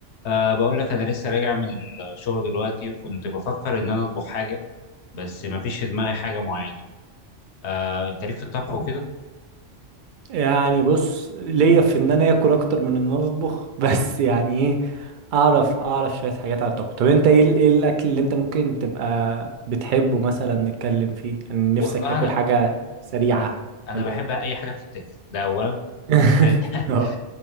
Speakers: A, on the left; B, on the right.
A: أه بقول لك أنا لسه راجع من الشغل دلوقتي وكنت بفكر إن أنا أطبخ حاجة بس ما فيش في دماغي حاجة معينة أه أنت ليك في الطبخ وكده؟
B: يعني بص ليا في ان انا اكل اكتر من ان انا اطبخ <laughs> بس يعني ايه اعرف اعرف شويه حاجات على الطبخ طب انت ايه ال- ايه الاكل اللي انت ممكن تبقى بتحبه مثلا نتكلم فيه كان نفسك
A: والله
B: تاكل
A: أنا
B: حاجه سريعه
A: أنا أنا
B: ولا
A: بحب
B: ايه
A: أي حاجة بتتاكل ده أولا
B: <laughs>
A: <laughs>
B: اه